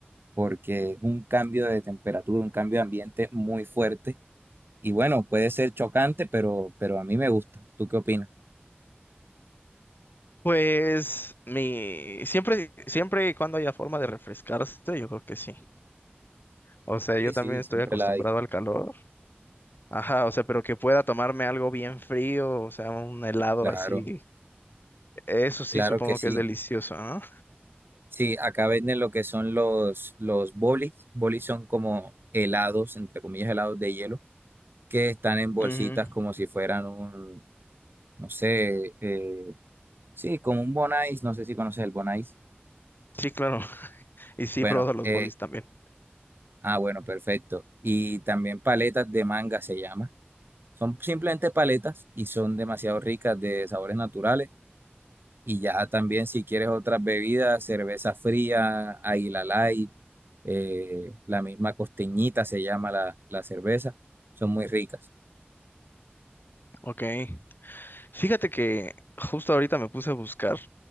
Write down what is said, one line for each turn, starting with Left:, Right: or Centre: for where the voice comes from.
Right: porque es un cambio de temperatura, un cambio de ambiente muy fuerte. Y bueno, puede ser chocante, pero, pero a mí me gusta. ¿Tú qué opinas?
Left: Pues mi siempre, siempre y cuando haya forma de refrescarse, yo creo que sí. O sea,
Right: Sí,
Left: yo también
Right: sí,
Left: estoy
Right: siempre
Left: acostumbrado
Right: la hay.
Left: al calor. Ajá, o sea, pero que pueda tomarme algo bien frío, o sea, un helado
Right: Claro,
Left: así. Eso sí,
Right: claro
Left: supongo
Right: que sí.
Left: que es delicioso, ¿no?
Right: Sí, acá venden lo que son los, los bolis. Bolis son como helados, entre comillas, helados de hielo que están en bolsitas
Left: Ujú.
Right: como si fueran un, no sé, eh, sí, como un bonais no sé si conoces el bonais
Left: Sí, claro. Y sí,
Right: Bueno,
Left: he probado los
Right: eh,
Left: bolis también.
Right: ah, bueno, perfecto. Y también paletas de manga se llama. Son simplemente paletas y son demasiado ricas de sabores naturales. Y ya también si quieres otras bebidas, cerveza fría, Águila Light, eh, la misma costeñita se llama la, la cerveza, son muy ricas.
Left: Ok. Fíjate que justo ahorita me puse a buscar